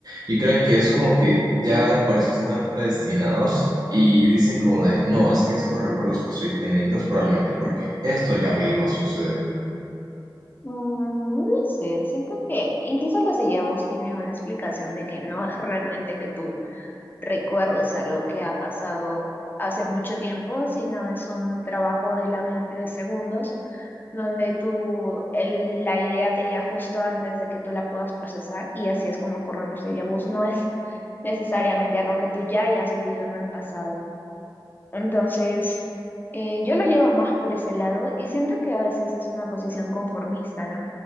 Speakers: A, on the right; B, on the left.
A: Y creen que es como que ya por eso están predestinados y dicen como de, no, es que estos recuerdos que estoy teniendo es probablemente porque esto ya me iba a suceder.
B: Mm, no sé, siento que incluso los déjà-vus tienen una explicación de que no es realmente que tú recuerdes algo que ha pasado hace mucho tiempo, sino es un trabajo de la mente de segundos, donde tú, el- la idea te llega justo antes de que tú la puedas procesar y así es como ocurren los déjà-vus. No es necesariamente algo que tú ya hayas vivido en el pasado. Entonces, eh, yo lo llevo más por ese lado y siento que a veces es una posición conformista, ¿no?